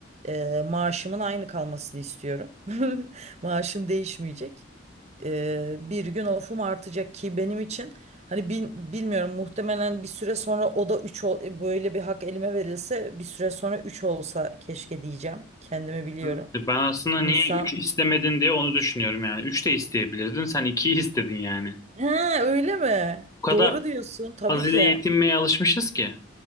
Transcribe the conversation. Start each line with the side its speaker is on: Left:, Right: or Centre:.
Right: e, maaşımın aynı kalmasını istiyorum. <laughs> Maaşım değişmeyecek. E, bir gün ofum artacak ki benim için hani bin- bilmiyorum muhtemelen bir süre sonra o da 3 böyle bir hak elime verilse bir süre sonra 3 olsa keşke diyeceğim. Kendimi biliyorum.
Left: Evet. Ben aslında
Right: İnsan
Left: niye 3 istemedin diye onu düşünüyorum yani. üç de isteyebilirdin. Sen ikiyi istedin yani.
Right: He, öyle mi?
Left: Bu kadar
Right: Doğru diyorsun tabii
Left: az
Right: ki.
Left: ile yetinmeye alışmışız ki.